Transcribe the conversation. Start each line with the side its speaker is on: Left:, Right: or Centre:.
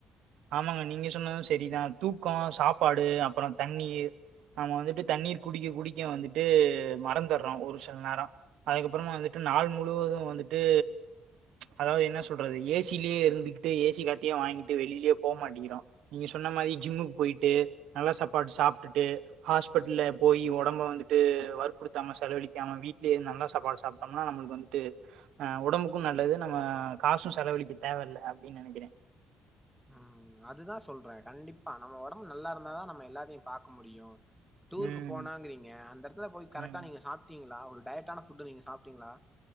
Right: ஆமங்க நீங்க சொன்னா சரிதா தூக் தூக்கம் சாப்பாடு அப்பறம் தண்ணீர் நம்ம வந்துட்டு தண்ணீர் குடிக்க குடிக்க வந்துட்டு மறந்தர்றோ ஒரு சில நேர அதுக்கப்பறம் வந்துட்டு நாள் முழுவது வந்துட்டு அதாது என்ன சொல்றது ஏ சிலே இருக் இதுகிட்டே ஏ சி காத்து வாங்கிட்டு வெளில போ மாட்டிக்கிறோ நீங்க சொன்ன மாரி ஜிம்முக்கு போயிட்டு நல்ல சாப்பாடு சாப்ட்டுட்டு ஹாஸ்பிடல்ல போய் வொடம்ப வந்துட்டு வற்புடுத்தாம செலவழிக்காம வீட்லே நல்ல சாப்பாடு சாப்ட்டோம்னா நம்ம வந்துட்டு அ வொடம்புக்கு நல்லது நம்ம காசு செலவழிக்க தேவயில்ல அப்டின்னு நெனக்கிறே
Centre: ஆ அதுதா சொல்றே கண்டிப்பா நம்ம வொடம்பு நல்லா இருந்தாதா நம்ம எல்லாத்தையு பாக்க முடியு டூருக்கு
Right: ம்,
Centre: போனாங்கிறீங்க அந்த எடத்துல போய் கரெட்டா
Right: ம்.
Centre: நீங்க சாப்ட்டீங் ல ஒரு டயட்டான ஃபுட் நீங்க சாப்ட்டிங்களா